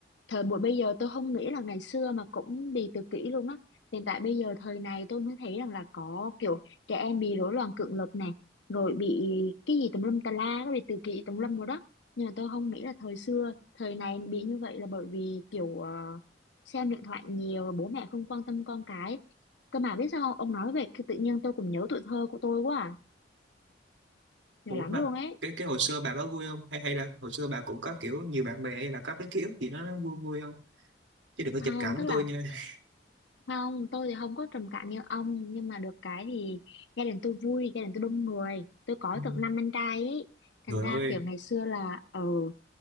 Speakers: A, on the left; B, on the right.
A: thời buổi bây giờ tôi không nghĩ là ngày xưa mà cũng đi tự kỷ luôn á hiện tại bây giờ thời này tôi mới thấy rằng là có kiểu trẻ em bị rối loạn cưỡng lực này rồi bị cái gì tùm lum tà la nó bị tự kỷ tùm lum rồi đó nhưng mà tôi không nghĩ là thời xưa thời này bị như vậy là bởi vì kiểu ờ, xem điện thoại nhiều bố mẹ không quan tâm con cái cơ mà biết sao không? ông nói vậy cái tự nhiên tôi cũng nhớ tuổi thơ của tôi quá à. nhiều
B: ủa
A: lắm
B: mà
A: luôn ấy
B: cái cái hồi xưa bà có vui không hay hay là hồi xưa bà cũng có kiểu nhiều bạn bè hay là có cái ký ức gì đó nó vui vui không chứ đừng có
A: không
B: chụp cảm
A: tức
B: với tôi
A: là
B: nha <laughs>
A: Không, tôi thì không có trầm cảm như ông Nhưng mà được cái thì gia đình tôi vui Gia đình tôi đông người Tôi có
B: Ừ.
A: tận năm anh trai ấy
B: trời
A: Thành ra
B: ơi
A: kiểu ngày xưa là ừ,